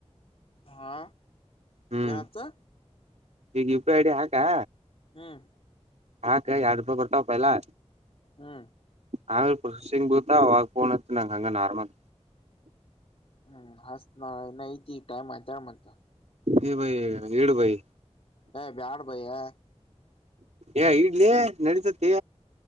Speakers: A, on the left; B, on the right.
A: ಹಾ
B: ಹ್ಮ್
A: <inaudible> ಏನಾತ್ತು
B: ಈಗ ಯು ಪಿ ಐಡಿ ಹಾಕಾ
A: ಹ್ಮ್
B: ಆಾಕ ಎರಡ್ ರೂಪಾಯಿ ಬರ್ತವಪ್ಪ ಇಲ್ಲಾ
A: ಹಾ
B: ಆಗ್ಲ್ ಪ್ರೊಸೆಸಿಂಗ್ ಬೀಳ್ತವ ಆಗ ಫೋನ್ಅಚ್ಚು ನಂಗ ಹಂಗ ನಾರ್ಮಲ್
A: ಹ್ಮ್ ಹಸತ್ ನನ ಐತಿ ಟೈಮ್ ಆಯತಾರ ಮತ್ತು
B: ಹ ಭೈ ಡುು ಭೈ
A: ಹ ಬ್ಯಾಡ ಬಯ್ಯಾ
B: ಏ ಇಡ್ಲಿ ನಡತತಿ